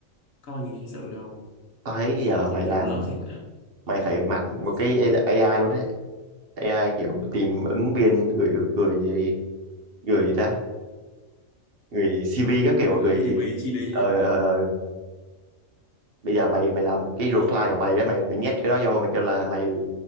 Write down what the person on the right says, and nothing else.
Tao thấy giờ
mày
làm
mày phải mạnh
một cái AI luôn đấy. AI kiểu tìm ứng viên gửi gửi gửi gì ta gửi CV các
kiểu
gửi
ờ,
ờ, ờ. bây giờ mày mày làm cái
reply
của mày đó mày mày nhét cái đó vô mày kêu là mày